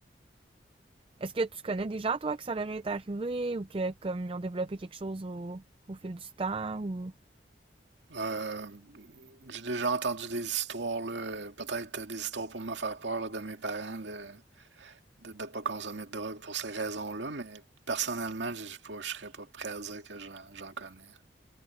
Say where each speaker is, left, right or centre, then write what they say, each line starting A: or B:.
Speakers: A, on the right; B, on the right.
A: Est-ce que tu connais des gens, toi, que ça leur est arrivé ou que comme ils ont développé quelque chose au, au fil du temps ou...
B: Euh, j'ai déjà entendu des histoires, là, euh, peut-être des histoires pour me faire peur là, de mes parents de de ne pas consommer de drogue pour ces raisons-là, mais personnellement, je ne serais pas prêt à dire que j'en j'en connais.